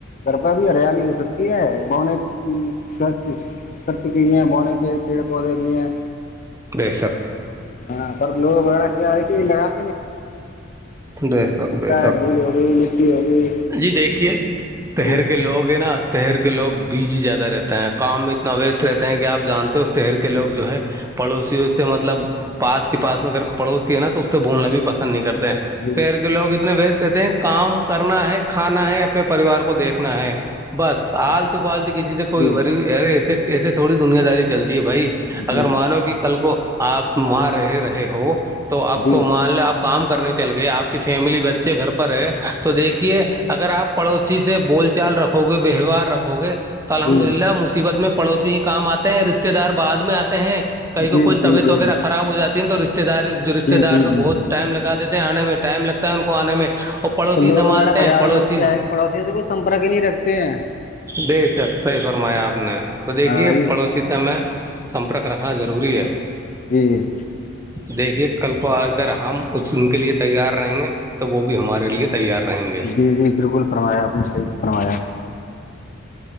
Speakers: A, on the left (about 40°); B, on the right (about 15°).
A: گر پر بھی ہریالی ہو سکتی ہے بونرچ رسرچ بھی ہیں بوہنے پڑ پیڑ پودے بھی ہیں
B: بےشک
A: ہاں پر لوگ وغیرہ کیا ہے کہ لگاتے نہیں
B: بے شک بے شک
A: ہے دھول ہوگی مٹی ہوگی
B: جی دیکھیے شہر
A: جی
B: کے لوگ ہیں نا شہر کے لوگ بیج زیادہ رہتے ہیں کام اتنا ویسٹ رہتے ہیں کہ آپ جانتے ہو شہر کے لوگ جو ہے پڑوسی اس سے مطلب پاس کے پاس میں اگر پڑوسی ہے نا تو اس سے بولنا بھی پسند نہیں کرتے
A: جی
B: پیر کے لوگ اتنے وچ رہتے ہیں کام کرنا ہے کھانا ہے اپنے پریوار کو دیکھنا ہے بس آلتو پالت کسی سے کوئیے
A: جی
B: ایے ایسے تھوڑی دنیا داری چلتی ہے بھائی
A: جی
B: اگر مانو کہ کل کو آپ وہاں رہے رہے ہو تو آپ
A: جی
B: کو
A: جی
B: مان ل آپ کام کرنے چل گئے آپ کی فیملی بچے گھر پر ہے تو دیکھیے اگر آپ پڑوسی سے بول چال رکھو گے ویوہار رکھو ہو گئے تو الحمد
A: جی
B: للہ مصیبت میں پڑوسی ہی کام آتے ہیں رشتے دار بعد میں آتے ہیں کائی
A: جی
B: کو کل
A: جی جی
B: توی تو اگر خراب ہو جاتی ہیں تو رشتہ دار اقتدار
A: جی
B: تو
A: جی
B: بہت
A: جی
B: ٹائم لگا دیتے ہیں انے میں ٹائم لگتا ہے ان کو آنے میں اور پڑوسی
A: تو لوگ
B: سنبھالتے
A: وغیرہ بازاروں
B: ہیں پڑوسی
A: میں تو کیا ہے کہ پڑوسیوں سے کوئی سمپرک ہی نہیں رکھتے ہیں
B: بے شک صحی فرمایا آپ نے تو دیکھیے
A: ہاں
B: پڑوسی است میں سمپرک رکھنا ضروری ہے
A: جی
B: دیکھیے کل کو اگر ہم ان کے لیے تیار رہیں گے تو وہ بھی ہمارے لیے تیار رہیں گے
A: جی جی بالکل فرمایا آپ نے صحیح فرمایا